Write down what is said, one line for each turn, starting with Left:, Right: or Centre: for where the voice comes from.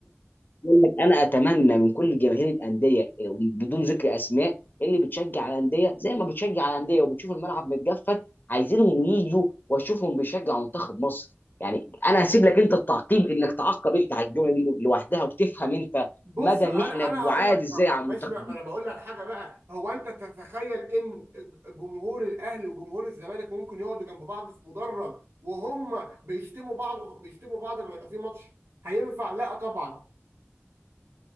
Left: يقول لك انا اتمنى من كل جماهير الانديه بدون ذكر اسماء اللي بتشجع الانديه زي ما بتشجع الانديه وبتشوف الملعب متجفف عايزينهم ييجوا واشوفهم بيشجعوا منتخب مصر يعني انا هسيب لك انت التعقيب انك تعقب انت على الجمله دي لوحدها وتفهم انت
Right: بص
Left: مدى
Right: انا
Left: ان احنا
Right: انا
Left: بعاد
Right: هقول لك
Left: ازاي
Right: ما- ما-
Left: على
Right: ماشي
Left: المنتخب
Right: بقى ما انا بقول لك حاجه بقى هو انت تتخيل ان جمهور الاهلي وجمهور الزمالك ممكن يقعدوا جنب بعض في مدرج وهم بيشتموا بعض بيشتموا بعض لما يبقى في ماتش هينفع؟ لا طبعا